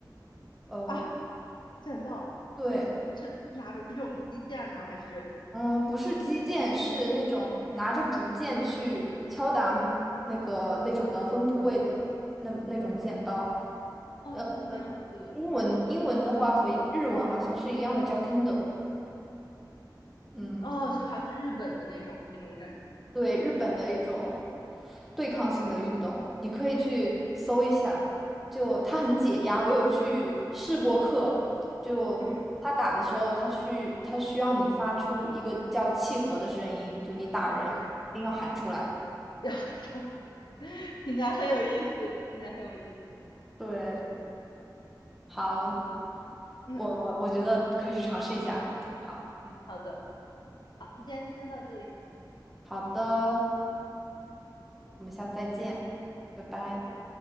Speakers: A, in the centre; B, on the left.
A: 呃，
B: 啊？剑道是是是哪种？
A: 对，
B: 是这种击剑吗？还是
A: 嗯，不是击剑，是那种拿着竹剑去敲打每那个那种得分部位的那个那种剑刀。
B: 啊这样子？
A: 呃，英文英文的话和日文好像是一样的，叫 Kendo。嗯，
B: 哦，是还是日本的那种那种感觉？
A: 对，日本的一种对抗性的运动，你可以去搜一下，就它很解压。我有去试过课，就他打的时候，
B: 嗯，
A: 他需他需要你发出一个叫契合的声音，就你打人一定要喊出来。
B: 对，<laughs> 要。<laughs> 听起来很有意思，听起来很有意思。
A: 对。好，
B: 嗯
A: 我我我觉得可以去尝试一下。好，
B: 嗯，好的，好，那今天就先到这里。
A: 好的，我们下次再见，拜拜。
B: 好的